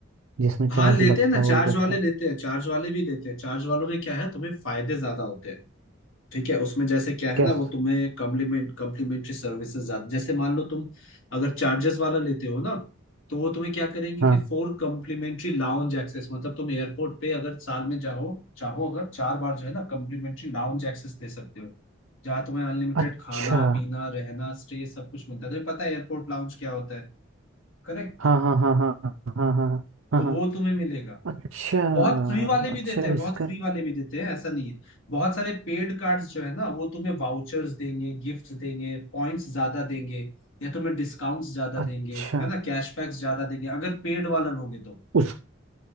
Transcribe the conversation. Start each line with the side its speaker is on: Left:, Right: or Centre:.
Right: जिसमें
Left: हाँ
Right: चार्ज
Left: लेते
Right: लगता
Left: हैं ना चार्ज
Right: होगा
Left: वाले
Right: का
Left: लेते हैं चार्ज वाले भी लेते हैं चार्ज वालों में क्या है तुम्हें फायदे ज्यादा होते हैं ठीक है उसमें जैसे क्या है
Right: कैस
Left: ना वो तुम्हें कम्प्लीमेंट कम्प्लीमेंट्री सर्विसेज ज्यादा जैसे मान लो तुम अगर चार्जेस वाला लेते हो ना तो वो तुम्हें क्या करेंगे
Right: हाँ
Left: कि फोर कम्प्लीमेंट्री लाउंज एक्सेस मतलब तुम एयरपोर्ट पे अगर साल में जाओ चाहो अगर चार बार जो है ना कम्प्लीमेंट्री लाउंज एक्सेस ले सकते हो जहाँ तुम्हें अनलिमिटेड
Right: अच्छा
Left: खाना पीना रहना स्टे सब कुछ मिलता है तो पता है एयरपोर्ट लाउंज क्या होता है करेक्ट
Right: हाँ हाँ हाँ हाँ हाँ हाँ हाँ हाँ
Left: तो
Right: हाँ।
Left: वो तुम्हें मिलेगा
Right: अच्छा
Left: बहुत फ्री वाले भी
Right: अच्छा
Left: देते हैं
Right: इसका
Left: बहुत फ्री वाले भी देते हैं ऐसा नहीं है बहुत सारे पेड कार्ड्स जो है ना वो तुम्हें वाउचर्स देंगे गिफ्ट्स देंगे पॉइंट्स ज्यादा देंगे या तुम्हें डिस्काउंट्स ज्यादा
Right: अच्छा
Left: देंगे है ना कैशबैक्स ज्यादा देंगे अगर पेड वाला लोगे तो
Right: उस